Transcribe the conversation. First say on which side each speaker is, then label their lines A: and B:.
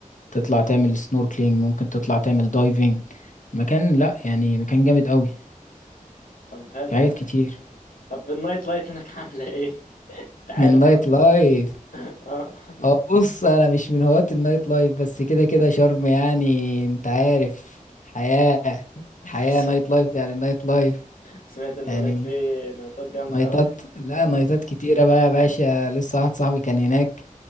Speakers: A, on the left; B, on the left.
A: تطلع تعمل سنوركلينج ممكن تطلع تعمل دايفنج المكان لا يعني مكان جامد قوي
B: طب فاجر
A: في حاجات
B: يعني
A: كتير
B: طب النايت لايف هناك عامله ايه انت عارف
A: <laughs> النايت
B: بقى
A: لايف
B: <laughs> اه
A: اه بص انا مش من هواة النايت لايف بس كده كده شرم يعني انت عارف حياة حياة
B: أنا آسف.
A: نايت لايف يعني نايت لايف
B: سمعت ان
A: يعني
B: هناك في نايتات جامده
A: نايتات
B: قوي مم.
A: لا
B: اه
A: نايتات كتيرة بقى يا باشا لسه واحد صاحبي كان هناك